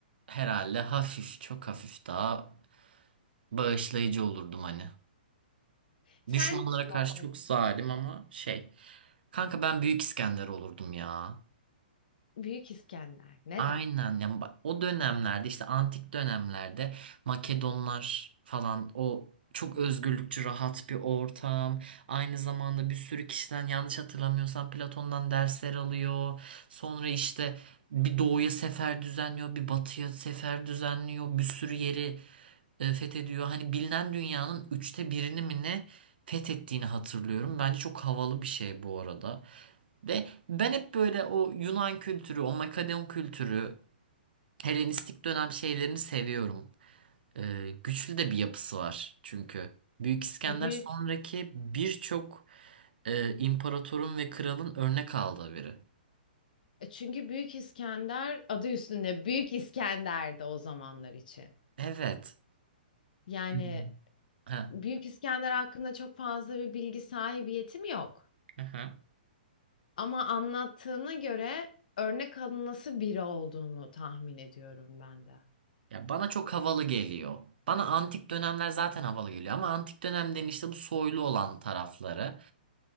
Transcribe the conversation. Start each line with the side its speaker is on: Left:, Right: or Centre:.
Right: herhalde hafif, çok hafif daha bağışlayıcı olurdum hani.
Left: Sen
Right: Düşmanlara
Left: kim
Right: karşı
Left: olmak?
Right: çok zalim ama şey. Kanka ben Büyük İskender olurdum ya.
Left: Büyük İskender. Neden?
Right: Aynen yani ba- o dönemlerde işte antik dönemlerde Makedonlar falan o çok özgürlükçü rahat bir ortam. Aynı zamanda bir sürü kişiden yanlış hatırlamıyorsam Platon'dan dersler alıyor. Sonra işte bir doğuya sefer düzenliyor, bir batıya sefer düzenliyor. Bir sürü yeri e, fethediyor. Hani bilinen dünyanın üçte birini mi ne fethettiğini hatırlıyorum. Bence çok havalı bir şey bu arada. Ve ben hep böyle o Yunan kültürü, o Makedon kültürü Helenistik dönem şeylerini seviyorum. Ee, güçlü de bir yapısı var çünkü. Büyük İskender
Left: E, büyük
Right: sonraki birçok e, imparatorun ve kralın örnek aldığı biri.
Left: E, Çünkü Büyük İskender adı üstünde Büyük İskender'di o zamanlar için.
Right: Evet.
Left: Yani
Right: Hmm. Ha.
Left: Büyük İskender hakkında çok fazla bir bilgi sahibiyetim yok.
Right: aha.
Left: Ama anlattığına göre örnek alınası biri olduğunu tahmin ediyorum ben de.
Right: Ya bana çok havalı geliyor. Bana antik dönemler zaten havalı geliyor ama antik dönemden işte bu soylu olan tarafları